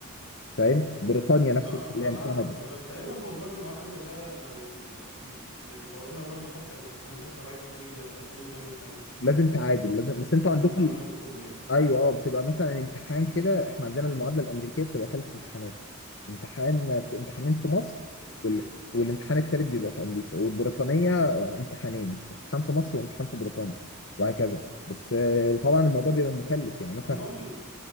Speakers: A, on the left; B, on the left.
A: فاهم بريطانيا نفس
B: آه،
A: الكلام
B: أنا أعرف
A: كندا
B: آه، تقريبا موضوع المعادلة ده لو آه، يعني لو أنا برضه حتى لو في هندسة رايح أي أي دولة تانية
A: لازم تعادل لازم بس انتوا
B: بيتعمل
A: عندكم
B: لكله يعني
A: ايوه اه بتبقى مثلا امتحان كده احنا عندنا المعادله الامريكيه بتبقى ثلاث امتحانات امتحان امتحانين في مصر
B: أوكي
A: وال... والامتحان التالت بيبقى في امريكا والبريطانيه امتحانين امتحان في مصر وامتحان في بريطانيا وهكذا بس آه، طبعا الموضوع بيبقى مكلف يعني مثلا
B: أمال